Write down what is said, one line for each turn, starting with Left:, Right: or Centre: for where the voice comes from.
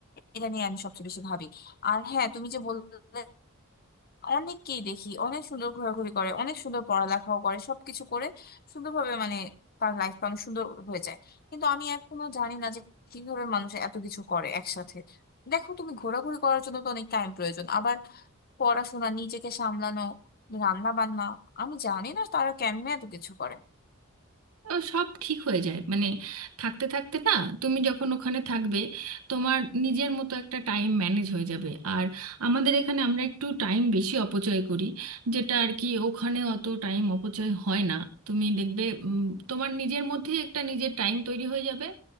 Left: এটা নিয়ে আমি সবচেয়ে বেশি ভাবি আর হ্যাঁ তুমি যে বললে অনেককেই দেখি অনেক সুন্দর ঘোরাঘুরি করে অনেক সুন্দর পড়ালেখাও করে সবকিছু করে সুন্দরভাবে মানে তার লাইফটা অনেক সুন্দর হয়ে যায় কিন্তু আমি এখনো জানি না যে কিভাবে মানুষ এত কিছু করে একসাথে দেখো তুমি ঘোরাঘুরি করার জন্য তো অনেক টাইম প্রয়োজন আবার পড়াশোনা নিজেকে সামলানো রান্না বান্না আমি জানি না তারা কেমনে এত কিছু করে
Right: ও সব ঠিক হয়ে যায় মানে থাকতে থাকতে না তুমি যখন ওখানে থাকবে তোমার নিজের মতো একটা টাইম ম্যানেজ হয়ে যাবে আর আমাদের এখানে আমরা একটু টাইম বেশি অপচয় করি যেটা আর কি ওখানে অত টাইম অপচয় হয় না তুমি দেখবে উম, তোমার নিজের মধ্যেই একটা নিজের টাইম তৈরি হয়ে যাবে